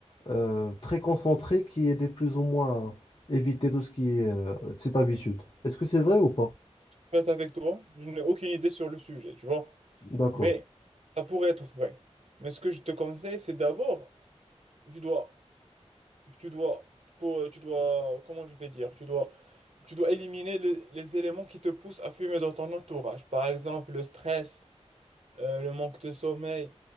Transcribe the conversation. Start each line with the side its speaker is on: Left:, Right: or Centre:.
Left: euh, très concentré qui aidait plus ou moins à éviter tout ce qui est euh, cette habitude. Est-ce que c'est vrai ou pas?
Right: honnête avec toi, je n'ai aucune idée sur le sujet, tu vois.
Left: D'accord.
Right: Mais ça pourrait être vrai. Mais ce que je te conseille, c'est d'abord, tu dois, tu dois, pour, tu dois, comment je vais dire, tu dois, tu dois éliminer les, les éléments qui te poussent à fumer dans ton entourage. Par exemple, le stress, euh, le manque de sommeil,